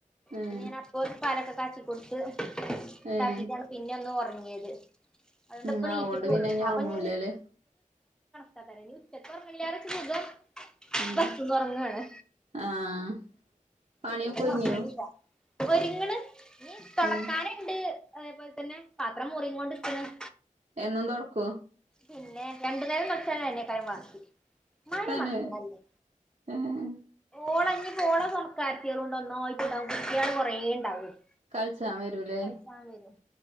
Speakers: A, on the right (about 50°); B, in the centre.
A: ഏഹ്
B: പിന്നെ ഞാനപ്പോ ഒരു പാലൊക്കെ കാച്ചി കൊടുത്ത് ഇണ്ടാക്കിട്ടാണ്
A: ഏഹ്
B: പിന്നെ ഒന്നൊറ അങ്ങേര് അതുകൊണ്ട്
A: ഉം
B: ഇപ്പ <unintelligible> ഉള്ളൂ.
A: പിന്നെ ഇനി
B: അപ്പൊ
A: ഒറങ്ങൂലല്ലേ
B: <unintelligible> <unintelligible> സാധാരണ ഉച്ചക്ക് <unintelligible> സുഖം.
A: ഏഹ്
B: ബസ്സ്ന്ന് ഒറങ്ങാണ്.
A: ആഹ് പണിയൊക്കെ
B: ഉച്ചക്ക്
A: ഒരുങ്ങിയോ
B: ഹസ്ബന്റ് ഇല്ല ഒരിങ്ങ്ണ്- ഇനി തൊടക്കാന്ണ്ട്-
A: ആഹ്
B: അതേപോലെ തന്നെ പാത്രം മോറിം കൊണ്ടിരിക്കണ്-
A: എന്നും തൊറക്വോ-
B: പിന്നെ രണ്ടു നേരം തൊടച്ചാലയ്നയ്കാരം ബാക്കി- മ്മാരി
A: തന്നെ
B: മക്കളല്ലേ
A: ഏഹ്
B: ഓളയ് ഈ പോണ തോണയ്കാരത്തിളോടൊന്നും കുട്ടിയാള് കുറേ ഇണ്ടാവും-
A: കള്ചാൻ വരൂല്ലേ
B: കളിച്ചാൻ വരും